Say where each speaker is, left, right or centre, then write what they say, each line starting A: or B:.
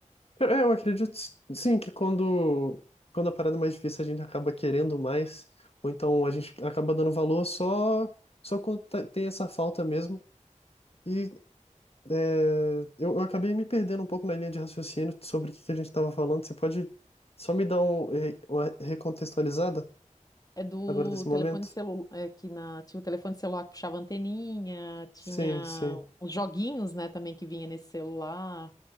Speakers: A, on the left; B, on the left.
A: Cara, é, Eu acredito s- sim que quando, quando a parada é mais difícil a gente acaba querendo mais, ou então a gente acaba dando valor só, só quando tá- tem essa falta mesmo. E é, eu, eu acabei me perdendo um pouco na linha de raciocínio sobre o que que a gente estava falando. Você pode só me dar um, é, uma recontextualizada
B: É do
A: agora desse
B: telefone
A: momento?
B: celular, é, que na, tinha o telefone celular que puxava anteninha, tinha
A: Sim, sim.
B: os joguinhos, né, também que vinha nesse celular.